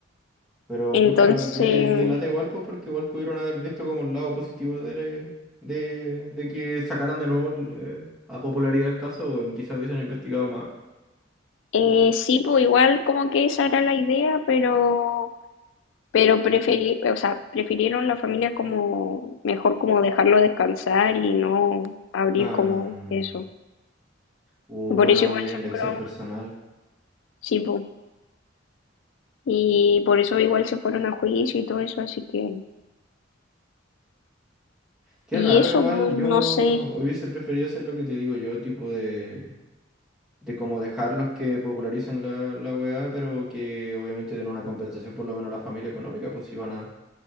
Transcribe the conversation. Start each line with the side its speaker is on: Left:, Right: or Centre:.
Centre: Pero
Left: entonces...
Centre: pucha, que, que lata igual, pues porque igual pudieron haber visto como el lado positivo de, la- de, de que sacaran de nuevo el, eh, a popularidad el caso, o quizás hubiesen investigado más.
Left: Eh, sí, pues igual como que esa era la idea, pero, pero preferí, o sea, prefirieron la familia como mejor como dejarlo descansar y no abrir
Centre: Ah,
Left: como eso.
Centre: uh,
Left: Por
Centre: bueno,
Left: eso
Centre: ahí
Left: igual
Centre: es
Left: se
Centre: elección
Left: fueron,
Centre: personal.
Left: sí, pues, y por eso igual se fueron a juicio y todo eso, así que,
Centre: Qué
Left: y
Centre: raro,
Left: eso,
Centre: igual
Left: pues,
Centre: yo
Left: no sé,
Centre: hubiese preferido hacer lo que te digo yo, tipo de... de cómo dejarlos que popularicen la, la weá, pero que obviamente den una compensación por lo menos a la familia económica, pues si van a,